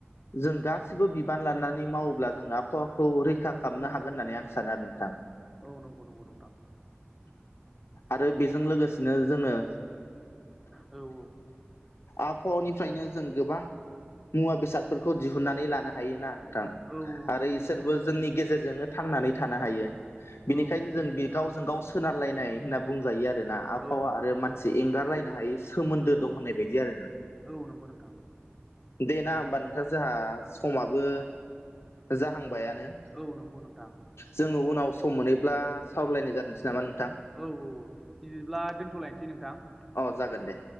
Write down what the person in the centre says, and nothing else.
औ नंगौ नंगौ नोंथां
औ औ
औ नंगौ
नंगौ
नोंथां
औ नंगौ
नंगौ नोंथां
औ नंगौ
नंगौ
औ नंगौ नोंथां
औ नंगौ नोंथां
औ औ बिदिब्ला दोनथ'लायनोसै नोंथां